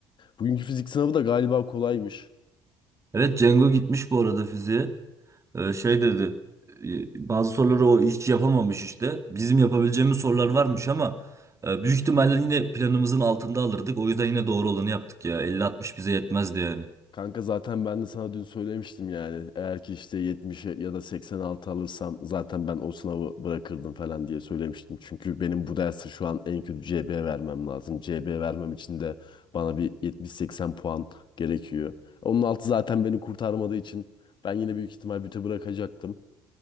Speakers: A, on the left; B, on the right.
A: Bugünkü fizik sınavı da galiba kolaymış.
B: Evet Cengo gitmiş bu arada fiziğe. Ee, şey dedi. e, Bazı soruları o hiç yapamamış işte. Bizim yapabileceğimiz sorular varmış ama e, büyük ihtimalle yine planımızın altında alırdık. O yüzden yine doğru olanı yaptık ya. 50-60 bize yetmezdi yani.
A: Kanka zaten ben de sana dün söylemiştim yani. Eğer ki işte 70'e ya da 86 alırsam zaten ben o sınavı bırakırdım falan diye söylemiştim. Çünkü benim bu dersi şu an en kötü CB vermem lazım. CB vermem için de bana bir 70-80 puan gerekiyor. Onun altı zaten beni kurtarmadığı için ben yine büyük ihtimal büte bırakacaktım.